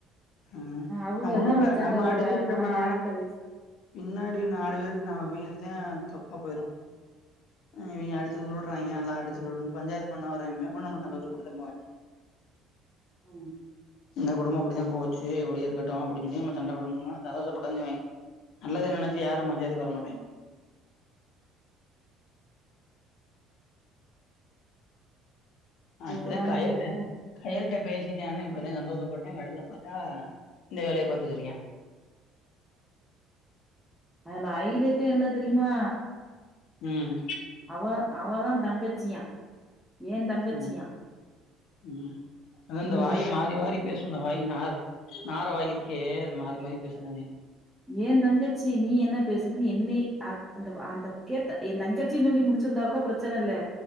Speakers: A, on the left; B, in the centre.
A: ஆ
B: அவுகதா
A: ந ஒண்ணில்ல
B: வந்து சண்ட
A: நம்ம
B: போடுறாக
A: அடிச்சுக்கிட்டோம்னா
B: நா யாருகிட்ட பேச
A: பின்னாடி நாலு பேருக்கு நா அவிகளுக்கு தா தொக்கா போயிரு இவிங்க அடிச்சு உருல்றாங்க நல்லா அடிச்சு லொல்லு பஞ்சாயத் பண்ண வரேன்னு <unintelligible> கொடுத்து போவேன்
B: ம்
A: இந்த குடும்ப அப்படிதா போச்சு இப்பிடி இருக்கட்டு அப்படி சொல்லி நம்ம சண்ட போடனுன கதவதா பொடஞ்சுவாங்க நல்லது நெனைச்சு யாரு பஞ்சாயத்துக்கு வர மாட்டாய்ங்க அ
B: போறாய்ங்க
A: இப்பத்தா கயல்ட்ட
B: போ
A: கயல்ட்ட பேசிட்டேனு இப்போத சந்தோஷப்பட்டே கடசில பாத்தா இந்த வேலைய பாத்துகுட் இருக்கே
B: அதுல ஐலேட்டே என்ன தெரியுமா
A: ம்
B: அவ அவதா தங்கச்சியா ஏ தங்கச்சியா
A: ம் ம் அத இந்த
B: ம்
A: வாய் மாறி மாறி பேசு அந்த வாயி நார் நார வாய் இருக்கே அது மாறி மாறி பேசாதா செய்யு
B: ஏ தங்கச்சிய நீ என்ன பேசுறன் என்னய அ அந்த அந்த கேட்ட ஏ தங்கச்சின் சொல்லி முடுச்சிர்ந்தா கொட ப்ரச்சன இல்ல